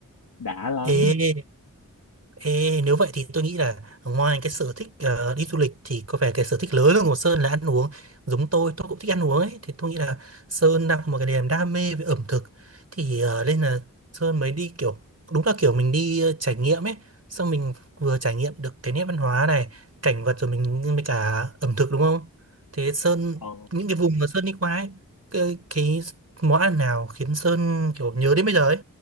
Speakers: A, on the left; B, on the right.
A: đã lắm.
B: ê Ê, nếu vậy thì tôi nghĩ là ngoài cái sở thích ờ, đi du lịch thì có vẻ cái sở thích lớn hơn của Sơn là ăn uống. Giống tôi, tôi cũng thích ăn uống ấy. Thì tôi nghĩ là Sơn đang có một cái niềm đam mê về ẩm thực. Thì ờ, nên là Sơn mới đi kiểu, đúng là kiểu mình đi ờ, trải nghiệm ấy. Xong mình vừa trải nghiệm được cái nét văn hóa này, cảnh vật rồi mình mới cả ẩm thực đúng không? Thế Sơn,
A: Ờ,
B: những cái vùng mà Sơn đi qua ấy, cái, cái món ăn nào khiến Sơn kiểu nhớ đến bây giờ ấy?